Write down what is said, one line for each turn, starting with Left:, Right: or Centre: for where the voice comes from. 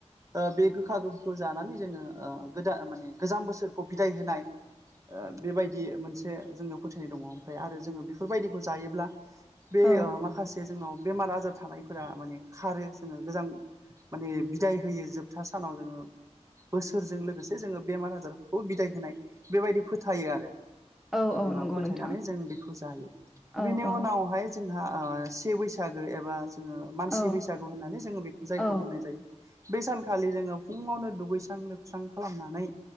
Right: ओ बे गोखा गोखैखौ जानानै जोङो ओ गोदान माने गोजाम बोसोरखौ बिदाय होनाय ओ बेबायदि मोनसे जोंनो फोथायनाय दङ ओमफ्राय आरो जोङो बेफोरबायदिखौ जायोब्ला बे
Centre: औ
Right: माखासे जोंनाव बेमार आजार थानायफोरा माने खारो जोङो गोजां माने बिदाय होयो जोब जोबथा सानाव जोङो बोसोरजों लोगोसे जोङो बेमार आजारफोरखौ बिदाय होनाय बेबायदि फोथायो आरो
Centre: औ
Right: उ
Centre: नंगौ
Right: फोथायनानै
Centre: नोंथां
Right: जों बेखौ जायो
Centre: औ
Right: बेनि
Centre: औ
Right: उनावहाय जोंहा ओ से बैसागो एबा जोङो मानसि
Centre: औ
Right: बैसा सागु होननानै जों जायखौ
Centre: औ
Right: बुंनाय जायो बे सान खालि जोङो फुङावनो दुगैस्रां लोबस्रां खालामनानै